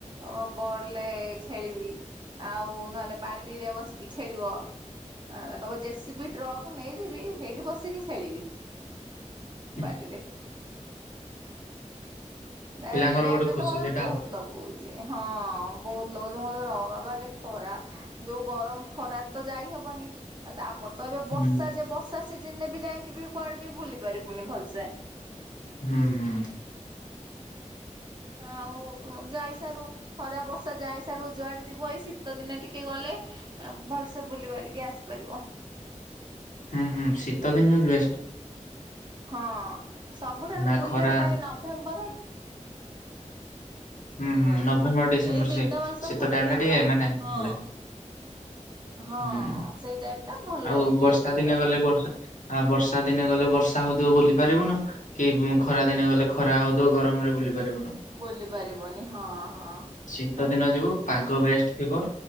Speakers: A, on the right; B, on the left.
A: ହ ବଡ ଲେ ଖେଳିବି ଆଉ ନହେଲେ ବାଲିରେ ବସିକି ଖେଳିବ ନଲେ କହିବ ଜେସିବି ଟ୍ରକ୍ ନେଇଯିବି ହେଇଠି ବସିକି ଖେଳିବି
B: ହୁଁ,
A: ବାଲିରେ ନାଇଁ
B: ପିଲାଙ୍କର
A: ଏବେ ଏବେ
B: ଗୋଟେ ଖୁସି
A: ତ ମୋତେ
B: ସେଟା
A: ବହୁତ୍
B: ଆଉ
A: ଲଗଉଛି ହଁ ବହୁତ୍ ଲୋକ <unintelligible> ଅହ ବାବା ରେ ଖରା ଯୋଉ ଗରମ ଖରାରେ ତ ଯାଇ ହବନି ତାପ ତ ଏବେ
B: ହୁଁ।
A: ବର୍ଷା ଯେ ବର୍ଷା ସିଜିନ୍ ରେ ବି ଯାଇକି ବି କୁଆଡେ ବି ବୁଲି ପାରିବୁନି ଭଲସେ
B: ହୁଁ ହୁଁ
A: ଆଉ ଯାଇ ସାରୁ ଖରା ବର୍ଷା ଯାଇ ସାରୁ ଯୁଆଡେ ଯିବୁ ଏଇ ଶୀତ ଦିନେ ଟିକେ ଗଲେ ଭଲସେ ବୁଲି ବାଲିକି ଆସିପାରିବ
B: ହୁଁ ହୁଁ ଶୀତଦିନ ବି ବେଷ୍ଟ
A: ହଁ ସବୁଠାରୁ
B: ନା
A: ବୁଲିବା
B: ଖରା
A: ପାଇଁ ନଭେମ୍ବର ଜାନୁଆରୀ
B: ହୁଁ ହୁଁ ନଭେମ୍ବର ଡିସେମ୍ବର
A: ଏଇ ତିନିଟା
B: ସେ
A: ମାସ
B: ଶୀତ
A: ବୁଲିବା
B: ଟାଇମ୍ ଟା ଟିକେ
A: ପାଇଁ
B: ମାନେ
A: ହଁ
B: ଭ
A: ହଁ
B: ହୁଁ
A: ସେଇ ଟାଇମ ଟା ଭଲ
B: ଆଉ
A: ଲାଗେ ଟିକେ
B: ବର୍ଷା
A: ବୁଲିବା
B: ଦିନେ ଗଲେ
A: ପାଇଁ।
B: ବର୍ଷା ଆ ବର୍ଷା ଦିନେ ଗଲେ ବର୍ଷା ହଉଥିବ ବୁଲି ପାରିବୁନୁ କି ଖରା ଦିନେ ଗଲେ ଖରା ହଉ ଗରମରେ ବୁଲି ପାରିବୁନୁ
A: ବୁଲି ପାରିବନି ହଁ ହଁ
B: ଶୀତ ଦିନ ଯିବୁ ପାଗ ବେଷ୍ଟ ଥିବ